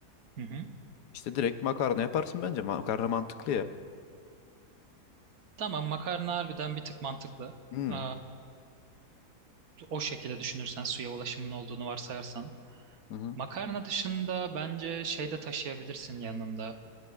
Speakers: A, on the right; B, on the left.
A: Hı hı.
B: İşte direkt makarna yaparsın bence. Makarna mantıklı ya.
A: Tamam makarna harbiden bir tık mantıklı.
B: Hmm.
A: Ee, o şekilde düşünürsen suya ulaşımın olduğunu varsayarsan.
B: Hı hı.
A: Makarna dışında bence şey de taşıyabilirsin yanında.